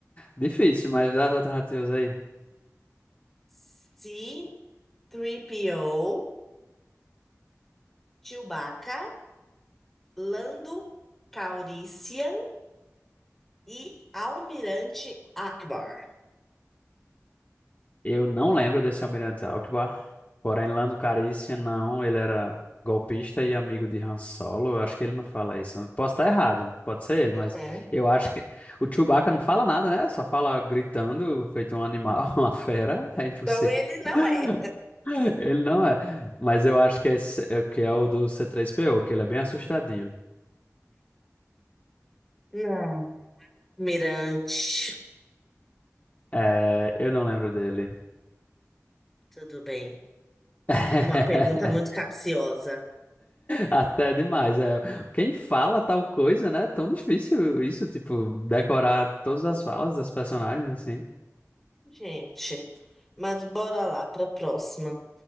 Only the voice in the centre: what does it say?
Se três P O, Chewbacca, Lando Calrissian e Almirante Akbar.
Uhum.
Então ele não
é.
Não. Almirante,
tudo bem.
É uma pergunta muito capciosa.
Gente, mas bora lá para a próxima.